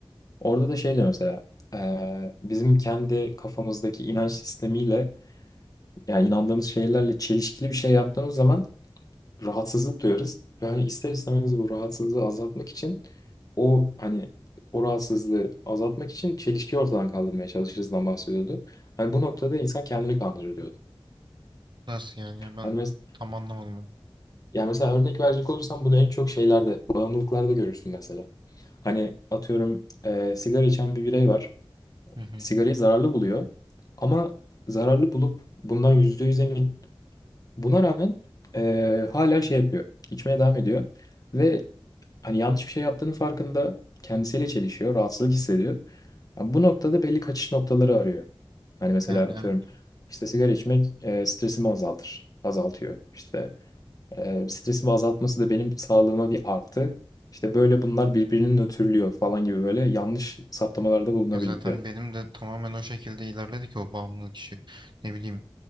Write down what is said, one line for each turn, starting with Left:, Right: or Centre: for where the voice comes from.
Left: Orada da şey diyor mesela. ee, bizim kendi kafamızdaki inanç sistemiyle yani inandığımız şeylerle çelişkili bir şey yaptığımız zaman rahatsızlık duyarız. Ve hani ister istemez bu rahatsızlığı azaltmak için o hani o rahatsızlığı azaltmak için çelişkiyi ortadan kaldırmaya çalışırızdan bahsediyordu. Hani bu noktada insan kendini kandırır diyordu.
Right: Nasıl yani ya ben
Left: Hani mes
Right: tam anlamadım onu.
Left: yani mesela örnek verecek olursam bunu en çok şeylerde, bağımlılıklarda görürsün mesela. Hani atıyorum e, sigara içen bir birey var.
Right: Hı hı.
Left: Sigarayı zararlı buluyor. Ama zararlı bulup bundan yüzde yüz emin. Buna rağmen e, hala şey yapıyor. İçmeye devam ediyor. Ve hani yanlış bir şey yaptığının farkında kendisiyle çelişiyor, rahatsızlık hissediyor. Yani bu noktada belli kaçış noktaları arıyor. Hani mesela
Right: Yani
Left: atıyorum
Right: evet.
Left: işte sigara içmek e, stresimi azaltır, azaltıyor. İşte e, stresimi azaltması da benim sağlığıma bir artı. İşte böyle bunlar birbirini nötrlüyor falan gibi böyle yanlış saptamalarda bulunabiliyor.
Right: Ya zaten benim de tamamen o şekilde ilerledi ki o bağımlılık işi. Ne bileyim